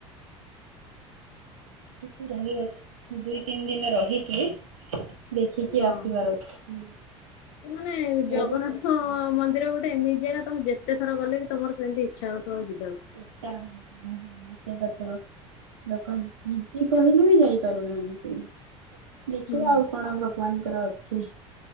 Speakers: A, on the right; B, on the left.
A: <inaudible> ତିନ ଦିନ ରହିକି ଦେଖିକି
B: ହଁ।
A: ଆସିବାର ଅଛି।
B: ମାନେ ଜଗନ୍ନାଥ
A: ବହୁତ ଇଚ୍ଛା
B: ମନ୍ଦିର ଗୋ ସେ ଏମିତି ଜାଗା ତୋମେ ଯେତେ ଥର ଗଲେ ବି ତୋମର ସେମତି ଇଚ୍ଛା ହଉଥିବ ଯିବାକୁ।
A: <inaudible> ଲୋକ ଯିକି କହିଲେ ବି ଯାଇପାରୁନାହାନ୍ତି। ଦେଖିବା
B: ହୁଁ।
A: ଆଉ କଣ ଭଗବାନଙ୍କର ଅଛି।